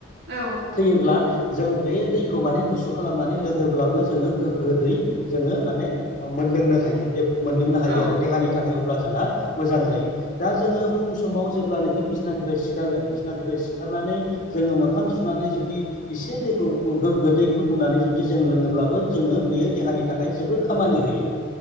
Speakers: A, on the right; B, on the left.
A: औ नंगौ
B: थैयोब्ला
A: नोंथां
B: जों बे दै। खौ माने गुसु खालामनानै लोङोब्लाबो जोङो गोग्गोदै जोङो माने मोनलोंनो हायो। मोनलोंनो हायो
A: औ
B: आरो देहानि थाखाय अब्ला जोंहा मोजां जायो दा जोङो फुं समाव जेब्लानोखि बिसनानिफ्राय सिखारगोन बिसनानिफ्राय सिखारनानै जोङो मोखां सुनानै जुदि एसे दैखौ गोग्गो दै फुदुंनानै जुदि जों लोङोब्लाबो जोङो बेयो देहानि थाखाय जोबोर खामानि होयो